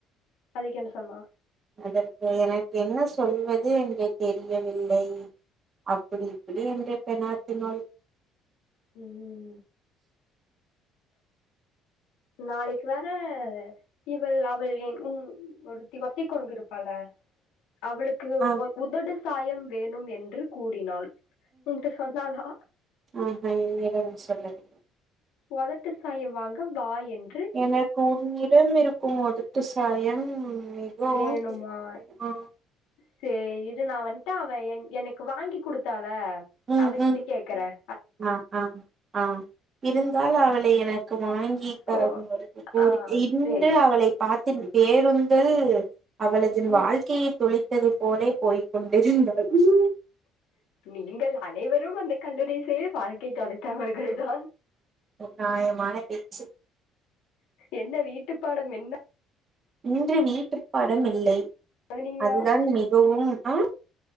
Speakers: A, on the left (about 85°); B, on the right (about 30°).
A: அதுக்கென்ன சொன்னா
B: அதற்கு எனக்கு என்ன சொல்வது என்று தெரியவில்லை அப்படி இப்படி என்று பெனாத்தினாள்
A: ம் நாளைக்கு வேற இவள் அவள் என் உன் ஒருத்தி வத்திக்கொண்டுருப்பால்ல அவளுக் கு
B: ஆ
A: ஒ உதடு சாயம் வேணும் என்று கூறினாள் உன்ட சொன்னாலா
B: அ அ நீ த சொல்லுது
A: ஒதட்டு சாயம் வாங்க வாயன்
B: எனக் உன்னிடம் இருக்கும் ஒதட்டு சாயம் மிகவும்
A: வேணுமா
B: தேவை ஆ
A: சே இரு நா வந்ட்டு அவ என் எனக்கு வாங்கி குடுத் தால
B: ம்
A: அவகிட்ட
B: ம்
A: கேக்கறன்
B: ஆ ஆ ஆ இருந்தால் அவளை எனக்கு வாங்கி தர
A: ஓ
B: ஒரு கூறி
A: ஆ
B: இன்று
A: சேரி
B: அவளை பார்த்த பேருந்தில் அவளதின்
A: ம்
B: வாழ்க்கையை தொளைத்தது போலே போய்க்கொண்டிருந்தாலும்
A: நீங்கள் அனைவரும் அந்த கல்லூரி சை வாழ்க்கை தொலைத்தவர்கள் தான்
B: நாயமான பேச்சு
A: என்ன வீட்டு பாடம் என்ன
B: இன்று வீட்டு பாடம் இல்லை
A: எழுதுனீங்களா
B: அதுதான் மிகவும் அ